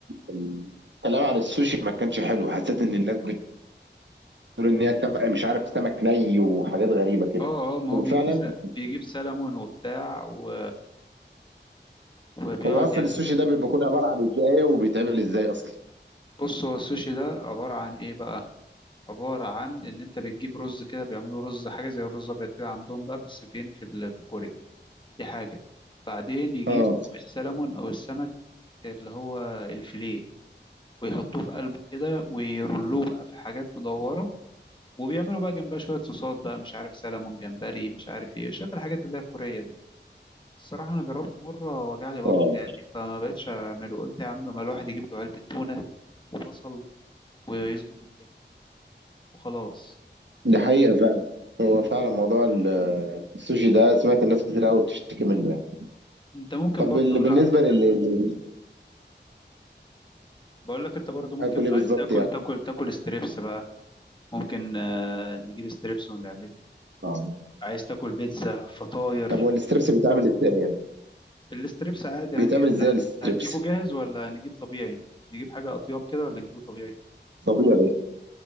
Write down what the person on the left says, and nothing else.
اه اه ما
هو بيجيب س... بيجيب سلمون وبتاع و... وبيقعد
ي-
بص هو السوشي ده عباره عن ايه بقى عباره عن ان انت بتجيب رز كده بيعملوا رز حاجه زي الرز الابيض كده عندهم بقى بس فين في ال... في كوريا دي حاجه بعدين يجيبوا
السلمون او السمك اللي هو الفيليه ويحطوه في قلبه كده ويرلوه بقى في حاجات مدورة وبيعملوا بقى جنبها شوية صوصات بقى مش عارف سلمون جمبري مش عارف ايه شوية الحاجات اللي هي الكورية دي الصراحة أنا جربته مرة وجع لي بطني
يعني فما بقتش أعمله قلت يا عم ما الواحد يجيب له علبة تونة وبصل ويظبط الدنيا وخلاص
أنت ممكن
برضو
لو
عايز
تاكل
بقول لك أنت برضو ممكن
لو
عايز
تاكل
تاكل تاكل ستريبس بقى ممكن آه، نجيب ستريبس ونعمله
عايز تاكل بيتزا فطاير
الستريبس عادي
هنجي
هتجيبه جاهز ولا نجيب طبيعي نجيب حاجة أطياب كده ولا نجيبه طبيعي